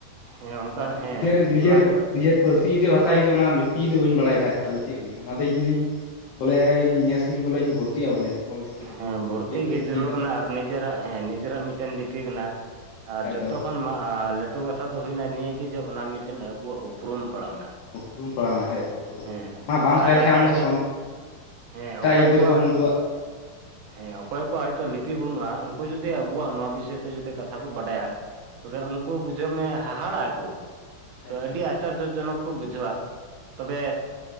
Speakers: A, on the right; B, on the left.
A: ᱦᱮᱸ
B: ᱚᱱᱟ
A: ᱚᱱᱠᱟ
B: ᱤᱧᱟᱹᱜ
A: ᱦᱮᱸ
B: ᱱᱤᱡᱮᱨ ᱱᱤᱡᱮᱨ
A: ᱚᱱᱟ ᱫᱚ
B: ᱱᱤᱡᱮᱨ ᱯᱟᱹᱨᱥᱤ ᱡᱩᱫᱤ ᱵᱷᱟᱥᱟ ᱡᱩᱫᱤ ᱚᱱᱟ ᱞᱤᱯᱤ ᱡᱩᱫᱤ ᱵᱟᱹᱧ ᱵᱟᱲᱟᱭ ᱠᱷᱟᱡ, ᱛᱟᱦᱚᱞᱮ ᱪᱮᱫ ᱦᱩᱭᱱᱟ ᱚᱱᱟᱛᱮ ᱤᱧᱦᱩᱧ ᱵᱚᱞᱮ ᱱᱮᱥ ᱤᱧ ᱵᱚᱞᱮᱧ ᱵᱷᱚᱨᱛᱤᱜᱼᱟ ᱵᱚᱞᱮ᱾ ᱚᱞ ᱪᱤᱠᱤ ᱨᱮ
A: ᱦᱮᱸ
B: ᱵᱚᱞᱮ ᱚᱞ
A: ᱵᱷᱚᱨᱛᱤ
B: ᱪᱤᱠᱤ ᱵᱚᱞᱮᱧ
A: ᱜᱮ ᱡᱟᱹᱨᱩᱲ
B: ᱪᱮᱫ ᱟ
A: ᱠᱟᱱᱟ ᱟᱨ ᱱᱤᱡᱮᱨᱟᱜ ᱦᱮᱸ ᱱᱤᱡᱮᱨᱟᱜ ᱢᱤᱫᱴᱮᱱ ᱞᱤᱯᱤ ᱢᱮᱱᱮᱟᱼᱜ
B: ᱵᱟᱠᱷᱟᱡ
A: ᱟᱨ ᱡᱚᱛᱚ
B: ᱫᱚ
A: ᱠᱷᱚᱱ ᱞᱴᱩᱼᱼ ᱠᱟᱛᱷᱟ ᱫᱚ ᱦᱩᱭᱱᱟ ᱱᱤᱭᱟᱹᱜᱮ ᱡᱮ ᱚᱱᱟ ᱢᱤᱫᱴᱮᱱ ᱟᱵᱚᱣᱟᱜ ᱩᱯᱨᱩᱢ ᱯᱟᱲᱟᱣᱱᱟ᱾
B: ᱩᱯᱨᱩᱢ ᱯᱟᱲᱟᱣᱱᱟ <unintelligible>
A: ᱦᱮᱸ
B: ᱚᱱᱟ ᱵᱟᱝ
A: ᱟᱨ
B: ᱛᱟᱦᱮᱸ ᱞᱮᱠᱟᱱᱡ
A: ᱮᱴᱟᱜ
B: ᱟᱢ ᱫᱚ
A: ᱡᱟᱹᱛ
B: ᱥᱚᱼᱼ
A: ᱦᱮᱸ
B: ᱮᱴᱟᱜ
A: ᱚᱠᱚᱭ
B: <unintelligible>
A: ᱠᱚᱣᱟᱜ
B: ᱩᱱᱠᱩᱣᱟᱜ᱾
A: ᱦᱮᱸ ᱚᱠᱚᱭ ᱠᱚᱣᱟᱜ ᱦᱚᱭᱛᱳ ᱞᱤᱯᱤ ᱵᱟᱹᱱᱩᱜᱼᱟ ᱩᱱᱠᱩ ᱡᱩᱫᱤ ᱟᱵᱚᱣᱟᱜ ᱱᱚᱣᱟ ᱵᱤᱥᱚᱭ ᱛᱮ ᱡᱩᱫᱤ ᱠᱟᱛᱷᱟ ᱠᱚ ᱵᱟᱰᱟᱭᱟ᱾ ᱛᱚᱵᱮ ᱩᱱᱠᱩ ᱵᱩᱡᱷᱟᱹᱣ ᱢᱮ ᱦᱟᱦᱟᱲᱟᱜᱼᱟᱚ
B: ᱠᱷᱟᱡ
A: ᱛᱚ
B: ᱫᱚ
A: ᱟᱹᱰᱤ
B: ᱠᱷᱟᱡ ᱫᱚ
A: ᱟᱪᱟᱨᱡᱚ ᱡᱚᱱᱚᱠ ᱠᱚ ᱵᱩᱡᱷᱟᱹᱣᱟ᱾ ᱛᱚᱵᱮ